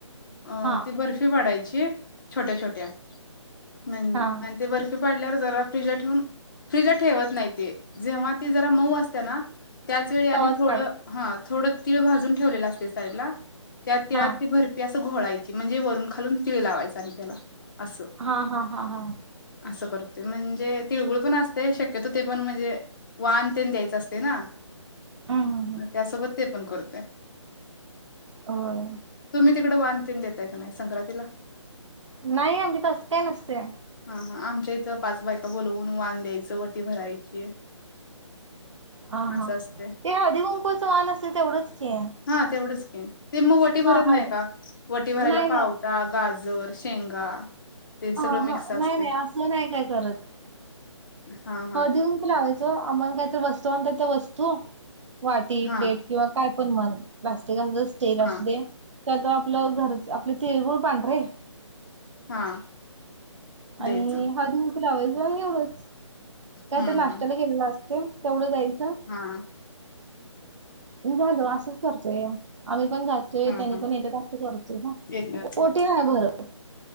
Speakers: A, on the left; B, on the right.
A: अ
B: हा
A: ती बर्फी बडाय छोट्या छोट्या मन
B: हा.
A: आणि ते बर्फी पाडल्या वर जरा फ्रिजला ठीऊन फ्रीजला ठेवत नाही ते जेव्हा ते ज त मऊ असत्या ना त्याच वेळी आणि
B: तवाच
A: थोड
B: काढायचा
A: हा थोड तिळ भाजून ठेवलेल असतय साईडला त्या तिळात
B: हां.
A: ती भरपी असं घोळाय ची म्हणजे वरून खालून तीळ लावायच आणि त्याला असं
B: हां, हां, हां, हां.
A: असं करतोय म्हणजे तिळगुळ पण असतंय शक त्य ते पण म्हणजे वान तेन द्यायच असतय ना,
B: हं, हं, हं.
A: अ त्यासोबत ते पण कर
B: होय.
A: तुम्ही तिकड वान तेन देताय काय नई संक्रातीला
B: नाई आमची तस काय नसते.
A: अह आमच्या इथं पाच बायक बोलवून वान द्यायचं, वटी भरायची.
B: ह हा
A: असं असतय.
B: ते हधी कुंकूळचं वान असेल तेवढंच क आहे
A: हा तेवढंच घ ते मग वटी भरत
B: हळदी
A: नाही का वटी भरायला
B: नाही,
A: पावता गाज जर शेंगा ते सगळं
B: ह ह
A: मिक्स असतय
B: नाही नाही असं नाही काय करत
A: हा हा
B: हो देऊन त लावायचं आम्हाला काय तर बसत णत ते वस्तू वाटी
A: हा
B: प्लेट किंवा काय पण मन जात तेस स्टेल
A: हा
B: असू दे त्यात आपलं घरच आपलं तिळगुळ पांढरे
A: हा द्यायचं
B: आणि हजू तला आवज बण एवढंच काय
A: हम्म
B: तर नाश््याला
A: हम्म
B: गेलेलं असत तेवढं जायच
A: हा
B: झाल असंच करतोय आम्ही पण जातोय
A: हा
B: त्यांनी
A: हा
B: पण येते तं करतो का
A: येत्यात
B: ओठीी नाही बरं